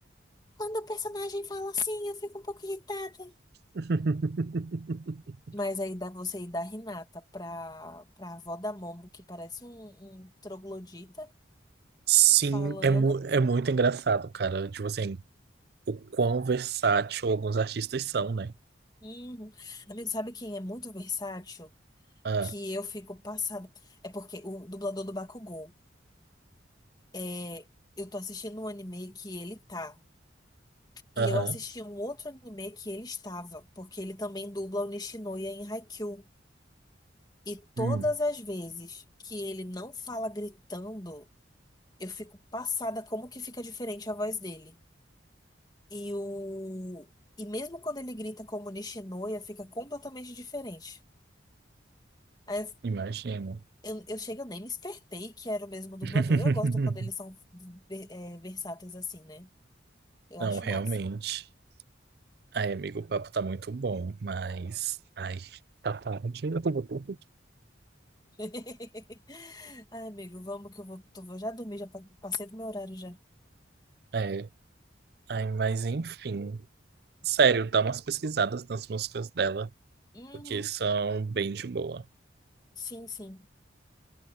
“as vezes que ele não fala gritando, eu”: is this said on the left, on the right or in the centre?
Left